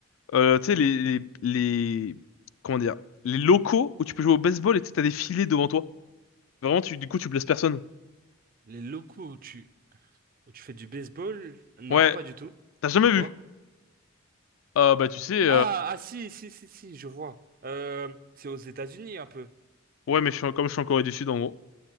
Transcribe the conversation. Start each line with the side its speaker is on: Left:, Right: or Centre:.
Left: euh, tu sais les, les les comment dire, les locaux où tu peux jouer au baseball et tu sais, t'as des filets devant toi. Vraiment, tu, du coup, tu blesses personne.
Right: Les locaux où tu, où tu fais du baseball? Non,
Left: Ouais,
Right: pas du tout.
Left: t'as jamais
Right: C'est quoi?
Left: vu. Euh, bah tu sais,
Right: Ah, ah, si, si, si, si, je vois. Euh, c'est aux États-Unis un peu.
Left: Ouais, mais je suis, en- comme je suis en Corée du Sud, en gros.